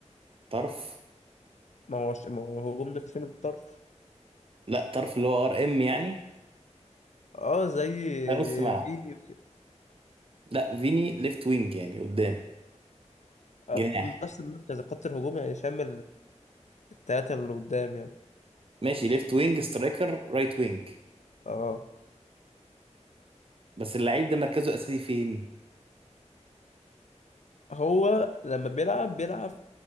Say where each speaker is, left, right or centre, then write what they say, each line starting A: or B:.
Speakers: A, on the right; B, on the left.
A: طرف
B: ما هو ما هو هجوم ده شامل الطرف
A: لا طرف اللي هو ار ام يعني
B: اه زي
A: ده نص ملعب
B: فيني وك-
A: لا فيني ليفت وينج يعني قدام
B: آه،
A: جناح
B: نفس المركز خط الهجوم يعني شامل التلاتة اللي قدام يعني
A: ماشي ليفت وينج سترايكر رايت وينج
B: اه
A: بس اللعيب ده مركزه اساسي فين
B: هو لما بيلعب بيلعب